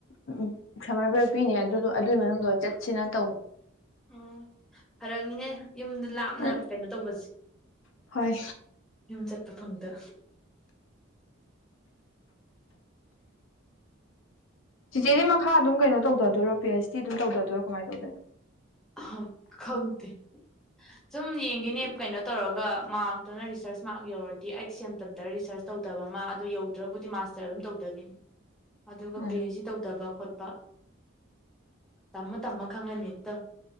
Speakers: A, on the left; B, in the centre.
A: ꯎꯝ ꯁꯝꯃꯔ ꯕ꯭ꯔꯦꯛ ꯄꯤꯅꯦ ꯑꯗꯨꯗꯣ ꯑꯗꯨꯏ ꯃꯅꯨꯡꯗ ꯑꯣꯏꯅ ꯆꯠꯁꯤꯅ ꯇꯧ
B: ꯑꯪ ꯐꯔꯛꯅꯤꯅꯦ ꯌꯨꯝꯗ ꯂꯥꯞꯅ
A: ꯎꯝ
B: ꯀꯩꯅꯣ ꯇꯧꯕꯁꯤ
A: ꯍꯣꯏ
B: ꯌꯨꯝ ꯆꯠꯄ ꯐꯡꯗ
A: ꯆꯤꯆꯦꯗꯤ ꯃꯈꯥ ꯑꯗꯨꯝ ꯀꯩꯅꯣ ꯇꯧꯗꯥ ꯗꯣꯢꯔꯣ ꯄꯤ ꯑꯩꯆ ꯗꯤ ꯑꯗꯨꯝ ꯇꯧꯗꯣꯏꯔꯣ ꯀꯃꯥꯏ ꯇꯧꯗꯣꯏ
B: ꯑꯍꯪ ꯈꯪꯗꯦ ꯁꯨꯝ ꯌꯦꯡꯈꯤꯅꯦ ꯀꯩꯅꯣ ꯇꯧꯔꯒ ꯃꯥꯔꯛꯇꯨꯅ ꯔꯤꯁꯔꯁ ꯃꯥꯔꯛ ꯌꯧꯔꯗꯤ ꯑꯩꯠ ꯁꯦꯝ ꯇꯝꯗꯔ ꯔꯤꯁꯔꯁ ꯇꯧꯗꯕ ꯃꯥ ꯑꯗꯨ ꯌꯧꯗ꯭ꯔꯕꯨꯗꯤ ꯃꯥꯁꯇꯔ ꯑꯗꯨꯝ ꯇꯧꯗꯅꯤ ꯑꯗꯨꯒ
A: ꯎꯝ
B: ꯄꯤ ꯑꯩꯩꯆ ꯇꯧꯗꯕ ꯈꯣꯠꯄ ꯇꯝꯃ ꯇꯝꯃ ꯈꯪꯉꯅꯤ ꯅꯤꯠꯇ